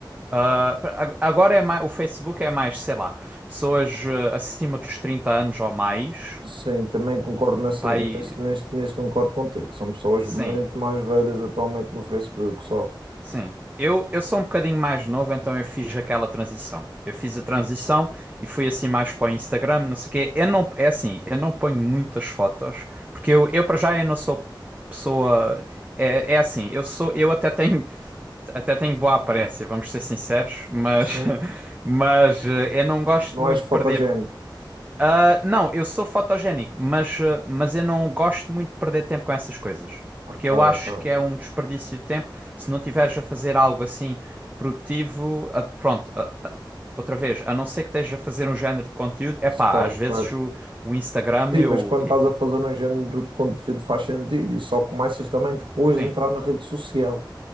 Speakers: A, on the right; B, on the right.
A: Ah, pra- agora é mais, o Facebook é mais, sei lá, pessoas eh, acima dos 30 anos ou mais.
B: Sim, também concordo nessa,
A: Pai,
B: nesse, neste, nisso concordo contigo. São pessoas
A: sim,
B: muito mais velhas atualmente no Facebook só.
A: sim. Eu, eu sou um bocadinho mais novo, então eu fiz aquela transição. Eu fiz a transição e fui assim mais para o Instagram, não sei o quê. Eu não, é assim, eu não ponho muitas fotos, porque eu, eu para já eu não sou pessoa. É, é assim, eu sou, eu até tenho, até tenho boa aparência, vamos ser sinceros, mas,
B: Sim.
A: <laughs> mas eh, eu não gosto
B: Não
A: muito
B: és
A: de perder
B: fotogénico.
A: Ah, não, eu sou fotogénico, mas, ah, mas eu não gosto muito de perder tempo com essas coisas.
B: Ok,
A: Porque eu
B: ok.
A: acho que é um desperdício de tempo se não tiveres a fazer algo assim produtivo. ah, pronto, ah, ah, outra vez, a não ser que estejas a fazer um género de conteúdo, é
B: Certo,
A: pá, às vezes
B: certo.
A: o, o Instagram
B: Sim,
A: eu.
B: mas quando
A: e-
B: estás a fazer um género de conteúdo faz sentido e só começas também depois
A: Sim.
B: de entrar na rede social.